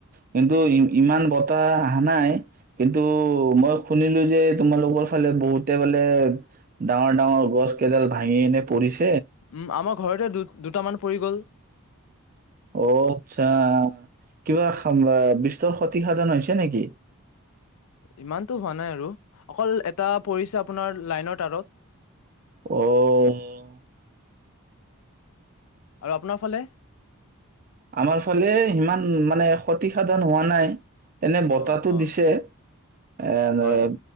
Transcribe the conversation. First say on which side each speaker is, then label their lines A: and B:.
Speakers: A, on the right; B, on the left.
A: কিন্তু- ইমান বতাহ আহা নাই কিন্তু মই শুনিলো যে তোমালোকৰ ফালে বহুতে বোলে ডাঙৰ ডাঙৰ গছ কেইডাল ভাঙি কেনে পৰিছে।
B: উম্ আমাৰ ঘৰতে দু দুটামান- পৰি গ'ল।
A: অ আচ্ছা কিবা <unintelligible> তৌ ক্ষতিসাধন হৈছে নেকি?
B: ইমানটো হোৱা নাই আৰু অকল এটা পৰিছে আপোনাৰ লাইনৰ তাঁৰত।
A: অ'-
B: আৰু আপোনাৰ ফালে?
A: আমাৰ ফালে সিমান মানে হতিসাধন হোৱা নাই। এনে বতাহটো
B: অ', অ',
A: দিছে এ-এ-
B: হয়